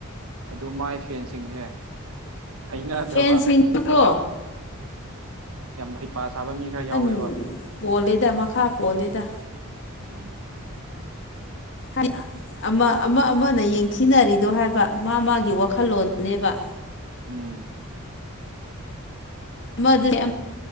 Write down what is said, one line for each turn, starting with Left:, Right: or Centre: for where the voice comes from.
Right: ꯑꯗꯨ ꯃꯥꯏ ꯐꯦꯟꯁꯤꯡꯁꯦ ꯍꯩꯅꯗꯕ
Left: ꯐꯦꯟꯁꯤꯡꯗꯨꯀꯣ
Right: ꯌꯥꯝꯅ ꯍꯩꯄ ꯁꯥꯕ ꯃꯤ ꯈꯔ ꯌꯥꯎꯋꯦꯕ
Left: ꯃꯈꯝ ꯄꯣꯜꯂꯦꯗ ꯃꯈꯥ ꯄꯣꯜꯂꯦꯗ
Right: ꯎꯝ
Left: ꯍꯥꯏꯗꯤ ꯑꯃ ꯑꯃ ꯑꯃꯅ ꯌꯦꯡꯊꯤꯅꯔꯤꯗꯣ ꯍꯥꯏꯕ ꯃꯥ ꯃꯥꯒꯤ ꯋꯥꯈꯜꯂꯣꯟꯅꯦꯕ
Right: ꯎꯝ
Left: ꯑꯃꯗꯨꯅꯦ